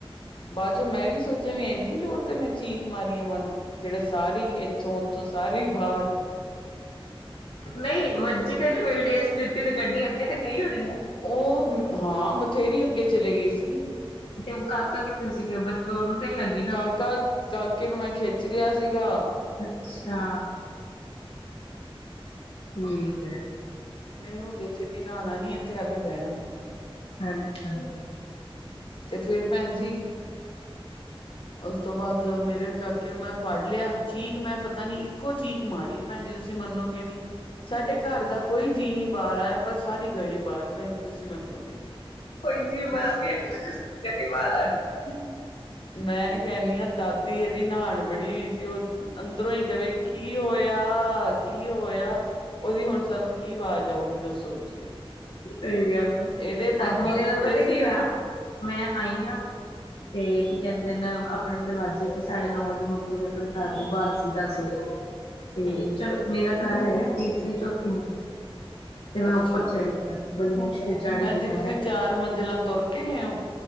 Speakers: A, on the left (about 60°); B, on the left (about 75°).
A: ਬਾਅਦ ਚੋਂ ਮੈਂ ਵੀ ਸੋਚਿਆ ਵੀ ਇੰਨੀ ਜ਼ੋਰ ਤੇ ਮੈਂ ਚੀਕ ਮਾਰੀਆਂ ਮਨਾ ਜਿਹੜਾ ਸਾਰੀ ਇੱਥੋਂ ਉੱਥੋਂ ਸਾਰੀ ਬਾਹਰ
B: ਨਹੀਂ ਵੱਜੀ ਤੇ ਨੀ ਬੇਈ ਰੇਸ ਦਿੱਤੀ ਤੇ ਗੱਡੀ ਅੱਗੇ ਤੇ ਗਈ ਹੋਣੀਏ।
A: ਉਹ ਹਾਂ ਬਥੇਰੀ ਅੱਗੇ ਚਲੇ ਗਈ ਸੀ।
B: ਤੇ ਉਹ ਕਾਕਾ ਕਿੱਥੇ ਸੀ ਫਿਰ ਬੱਚ ਉਹਨੂੰ ਤੇ ਨੀ ਲੱਗੀ ਨਾ
A: ਕਾਕਾ। ਕਾਕੇ ਨੂੰ ਮੈਂ ਖਿੱਚ ਲਿਆ ਸੀਗਾ।
B: ਅੱਛਾ। ਠੀਕ ਹੈ।
A: ਮੈਨੂੰ ਦੇ ਛੇਤੀ ਨਹਾਉਣਾ ਨੀ ਇੱਥੇ ਆ ਕੇ ਬਹਿਣਾ।
B: ਅੱਛਾ।
A: ਤੇ ਫੇਿਰ ਭੈਣ ਜੀ ਉਸ ਤੋਂ ਬਾਅਦ ਮੇਰੇ ਨੂੰ ਮੈਂ ਫੜ ਲਿਆ ਚੀਕ ਮੈਂ ਪਤਾ ਨੀ ਇੱਕੋ ਚੀਕ ਮਾਰੀ ਭੈਣ ਜੇ ਤੁਸੀਂ ਮੰਨੋਗੇ ਨੀ। ਸਾਡੇ ਘਰ ਦਾ ਕੋਈ ਜੀਅ ਨਹੀਂ ਬਾਹਰ ਆਇਆ ਪਰ ਸਾਰੀ ਗਲੀ ਬਾਹਰ ਭੈਣ ਜੀ ਤੁਸੀਂ ਮੰਨੋਗੇ ਨੀ।
B: ਕੋਈ ਚੀ ਬਾਰ ਨਹੀਂ ਜਨੀ ਵਾਰ ਆਈ। <unintelligible>
A: ਮੈਂ ਕਹਦੀ ਹਾਂ ਦਾਦੀ ਇਹਦੀ ਨਹਾਣ ਬੜੀ ਹੋਈ ਸੀ ਉਹ ਅੰਦਰੋਂ ਹੀ ਕਵੇ ਕੀ ਹੋਇਆ ਕੀ ਹੋਇਆ ਉਹਦੀ ਹੁਣ ਸਾਨੂੰ ਕੀ ਆਵਾਜ਼ ਆਊਗੀ ਦੱਸੋ ਤੁਸੀਂ। <inaudible>
B: ਸਹੀ ਗੱਲ
A: ਇਹਦੇ ਪਾਪਾ
B: ਅੱਜ ਮਰੇ
A: ਸੁੱਤੇ
B: ਨਾਲ ਪਤਾ
A: ਸੀ
B: ਕੀ ਹੋਇਆ?। ਮੈਂ ਆਈ ਹਾਂ ਤੇ
A: ਹੂੰ
B: ਕੀ ਕਹਿੰਦੇ ਦਿਨ ਆਪਣੇ ਦਰਵਾਜ਼ੇ ਤੇ ਸਾਡੇ ਨੌ ਵਜੇ ਮੈਂ ਪੂਰੇ ਆਪਣੇ ਘਰ ਤੋਂ ਬਾਹਰ ਸੀ ਦਸ ਵਜੇ। ਤੇ
A: ਹੂੰ
B: ਚਲੋ ਮੇਰਾ ਘਰ ਹੈਗਾ ਤੀਸਰੀ ਚੌਥੀ ਮੰਜ਼ਿਲ ਤੇ। ਤੇ ਮੈਂ
A: ਅੱਛਾ
B: ਉੱਪਰ ਚੜੀ ਆ, ਬੜੀ ਮੁਸ਼ਕਿਲ ਚੜ
A: ਭੈਣ
B: ਈ ਗਈ
A: ਜੀ
B: ਮੈਂ।
A: ਤੁਸੀਂ ਚਾਰ ਮੰਜ਼ਿਲਾਂ ਤੁਰ ਕੇ ਗਏ ਹੋ